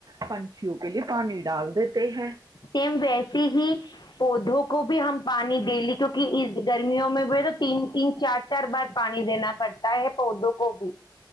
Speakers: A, on the right (about 55°); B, on the left (about 65°).
A: پنچھیوں کے لیے پانی ڈال دیتے <inaudible>
B: سیم ویسے ہی پودوں کو بھی ہم پانی دے لی کیونکہ اس گرمیوں میں بھی تو تین تین چار چار بار پانی دینا پڑتا ہے پودوں کو بھی